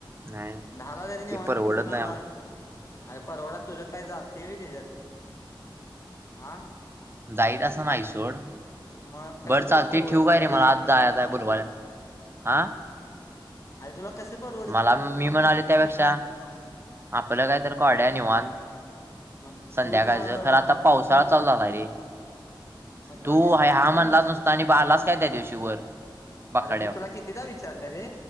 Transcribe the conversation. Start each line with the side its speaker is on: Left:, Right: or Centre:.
Right: नाही
Left: दहाला जरी निवांत
Right: ते परवडत
Left: जेऊन
Right: नाही
Left: आलास
Right: मग
Left: अरे परवडात तुझं काय जात व्हय तेच्यात. आ?
Right: जाईट असे नाही सोड.
Left: मग कसं
Right: बरं
Left: तुला
Right: चालतंय
Left: परवडत
Right: ठेवू
Left: नाही
Right: काय रे? मला आत जायचं आहे बुधवारी. आ?
Left: अरे तुला कसे पारू?
Right: मला मी म्हणालोय त्यापेक्षा, आपलं काहीतरी काढूया निवांत.
Left: मग
Right: संध्याकाळचं.
Left: तूच मग
Right: खरं आता पावसाळा
Left: मग
Right: चालू
Left: तुला
Right: झालाय रे.
Left: मग तुला
Right: तू
Left: मी
Right: हाय हा
Left: आता
Right: म्हणलास
Left: नव
Right: नुसता आणि बा आलास काय त्या दिवशी वर? बाकाड्यावर
Left: अरे मी तुला कितीदा विचारलय रे